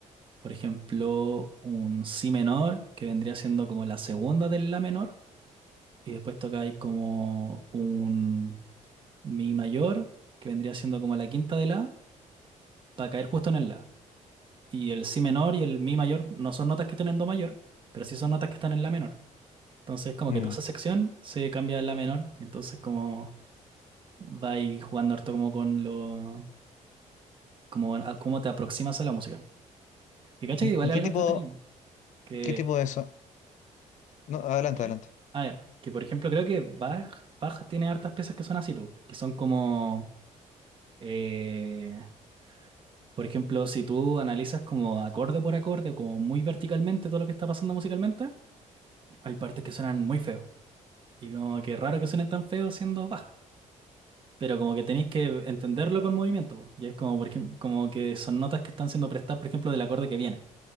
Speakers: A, on the right; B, on the left.
A: por ejemplo, un si menor, que vendría siendo como la segunda del la menor, y después tocáis como un mi mayor, que vendría siendo como la quinta de la, para caer justo en el la. Y el si menor y el mi mayor no son notas que estén en do mayor, pero sí son notas que están en la menor. Entonces, como
B: mm.
A: que toda esa sección se cambia a la menor. Entonces, como va ahí jugando harto como con lo... Como, a- cómo te aproximas a la música. Que cacha
B: ¿Y,
A: que igual
B: y
A: es
B: qué
A: algo
B: tipo,
A: entretenido. Que...
B: qué tipo de eso? No, adelante,
A: ¿Sí?
B: adelante.
A: Ah, ya. Que por ejemplo creo que Bach, Bach tiene hartas piezas que son así, po, que son como... eh, por ejemplo, si tú analizas como acorde por acorde o como muy verticalmente todo lo que está pasando musicalmente, hay partes que suenan muy feo. Y como que raro que suenen tan feos siendo Bach. Pero como que tenéis que entenderlo con movimiento, po. Y es como, por ejemplo, como que son notas que están siendo prestadas, por ejemplo, del acorde que viene.